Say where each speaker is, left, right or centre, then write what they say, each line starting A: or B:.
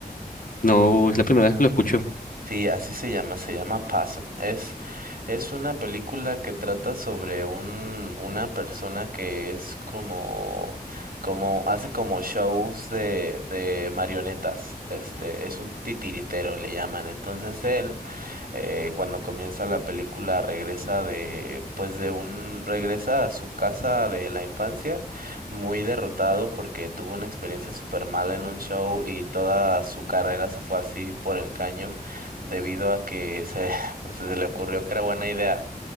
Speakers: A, on the left; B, on the right.
A: No, es la primera vez que lo escucho.
B: Sí, así se llama, se llama Possum. Es, es una película que trata sobre un, una persona que es como, como, hace como shows de, de marionetas. Este, es un titiritero, le llaman. Entonces él eh, cuando comienza la película regresa de, pues de un, regresa a su casa de la infancia muy derrotado porque tuvo una experiencia súper mala en un show y toda su carrera se fue así por el caño debido a que se, <laughs> se le ocurrió que era buena idea